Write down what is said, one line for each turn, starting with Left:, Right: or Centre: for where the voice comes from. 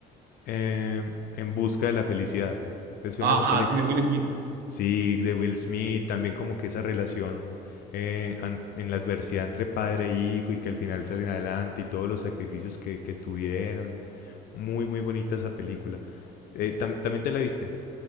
Left: em, En busca de la felicidad. ¿Te suena
Right: Ah,
Left: esa película?
Right: sí, de Will Smith.
Left: Sí, de Will Smith, también como que esa relación eh, an- en la adversidad entre padre e hijo y que al final salen adelante y todos los sacrificios que, que tuvieron. Muy, muy bonita esa película. Eh, tam- ¿también te la viste?